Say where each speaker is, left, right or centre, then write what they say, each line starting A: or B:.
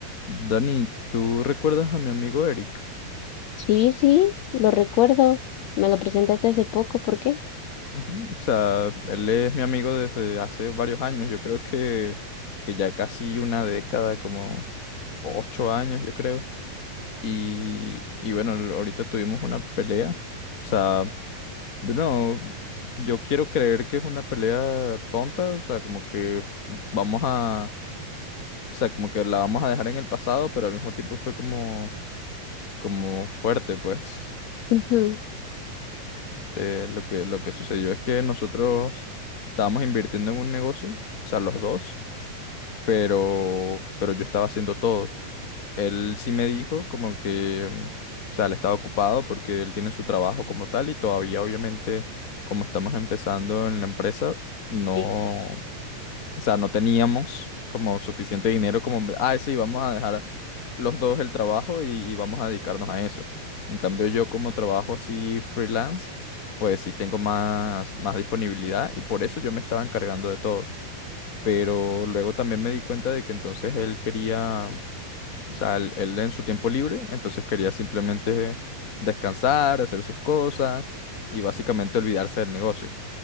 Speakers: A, on the left (about 35°); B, on the left (about 80°).
A: Dani, ¿tú recuerdas a mi amigo Eric?
B: Sí, sí, lo recuerdo. Me lo presentaste hace poco, ¿por qué?
A: Ujú, O sea, él es mi amigo desde hace varios años, yo creo que, que ya casi una década, como ocho años, yo creo. Y, y bueno, l- ahorita tuvimos una pelea. O sea, de nuevo, yo quiero creer que es una pelea tonta, o sea, como que vamos a, o sea, como que la vamos a dejar en el pasado, pero al mismo tiempo fue como, como fuerte, pues.
B: Ujú.
A: Este, lo que, lo que sucedió es que nosotros estábamos invirtiendo en un negocio, o sea, los dos, pero, pero yo estaba haciendo todo. Él sí me dijo como que, mm, o sea, él estaba ocupado porque él tiene su trabajo como tal y todavía obviamente como estamos empezando en la empresa, no,
B: Sí,
A: o sea, no teníamos como suficiente dinero como, ah, sí, vamos a dejar los dos el trabajo y, y vamos a dedicarnos a eso. En cambio, yo como trabajo así freelance, pues sí tengo más, más disponibilidad y por eso yo me estaba encargando de todo. Pero luego también me di cuenta de que entonces él quería, o sea, él, él en su tiempo libre, entonces quería simplemente descansar, hacer sus cosas y básicamente olvidarse del negocio.